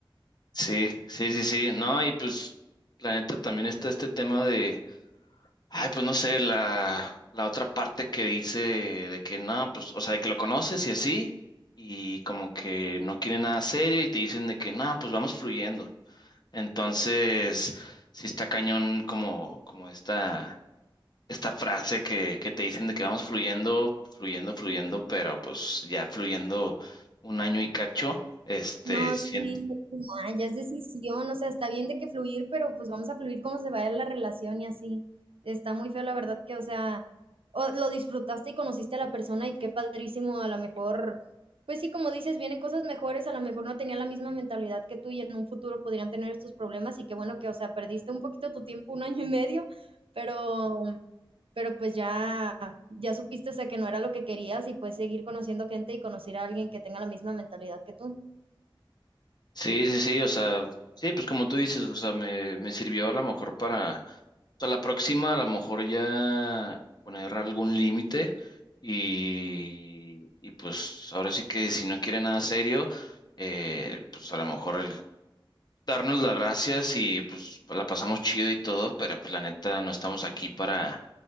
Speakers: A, on the left (about 50°); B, on the right (about 85°).
A: Sí, sí, sí, sí, no, y pues, la neta también está este tema de, ay, pues no sé, la, la otra parte que dice de que no, pues, o sea, de que lo conoces y así, y como que no quiere nada serio y te dicen de que no, pues vamos fluyendo. Entonces, sí está cañón como, como esta esta frase que, que te dicen de que vamos fluyendo, fluyendo, fluyendo, pero pues ya fluyendo un año y cacho, este,
B: No,
A: sien-
B: sí, pues ya, ya es decisión, o sea, está bien de que fluir, pero pues vamos a fluir como se vaya la relación y así. Está muy feo, la verdad que, o sea, o lo disfrutaste y conociste a la persona y qué padrísimo, a lo mejor, pues sí, como dices, vienen cosas mejores, a lo mejor no tenía la misma mentalidad que tú y en un futuro podrían tener estos problemas y qué bueno que, o sea, perdiste un poquito tu tiempo, un año y medio, pero pero pues ya ya supiste, o sea, que no era lo que querías y puedes seguir conociendo gente y conocer a alguien que tenga la misma mentalidad que tú.
A: sí, sí, sí, o sea, sí, pues como tú dices, o sea, me, me sirvió a lo mejor para, para la próxima, a lo mejor ya poner algún límite y, y pues ahora sí que si no quiere nada serio, eh, pues a lo mejor darnos las gracias y pues pues, la pasamos chido y todo, pero pues la neta no estamos aquí para,